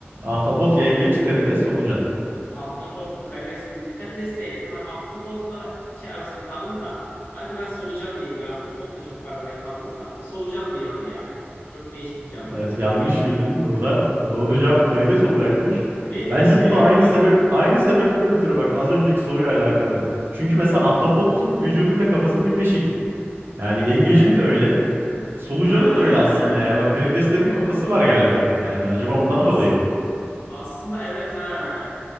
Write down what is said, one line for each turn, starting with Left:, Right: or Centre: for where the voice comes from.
Right: Ahtapot, yengeç, karides, solucan.
Left: Ahtapot mu karides bu karides değil, ama Ahtapotla şey arasında kaldım da. Hadi ben solucan diyeyim ya. Ahtapot da çok arada kaldım da. Solucan diyeyim hadi ya. Çok değişik bir canlı
Right: Evet, yanlış
Left: gibi geldi.
Right: bildin. Burada doğru cevap karides olacakmış.
Left: Ne
Right: Bence
Left: diyorsun ya?
Right: bu da aynı
Left: Kar
Right: sebep aynı sebepten ötürü bak az önceki soruyla alakalı. Çünkü mesela ahtapotun vücuduyla kafası birleşik. Yani yengecin
Left: e
Right: de öyle. Solucanın
Left: ha.
Right: da öyle aslında yani. Bak karideslerin kafası var galiba. Yani acaba ondan
Left: As
Right: dolayı mı?
Left: aslında evet ha.